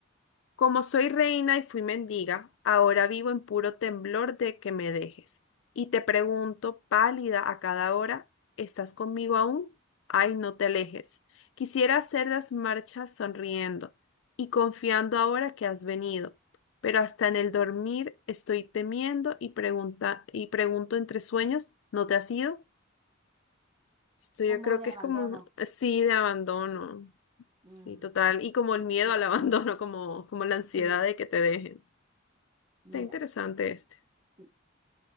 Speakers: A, on the left (about 70°); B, on the right (about 30°).
A: Como soy reina y fui mendiga, ahora vivo en puro temblor de que me dejes. Y te pregunto, pálida a cada hora, ¿estás conmigo aún? Ay, no te alejes. Quisiera hacer las marchas sonriendo y confiando ahora que has venido, pero hasta en el dormir estoy temiendo y pregunta y pregunto entre sueños, ¿no te has ido? Esto yo
B: como
A: creo
B: de
A: que
B: abandono,
A: es como, sí, de abandono.
B: mm,
A: Sí, total. Y como
B: tristeza.
A: el miedo al <laughs> abandono, como, como la ansiedad
B: Sí,
A: de que te dejen.
B: mira,
A: Está interesante este.
B: sí.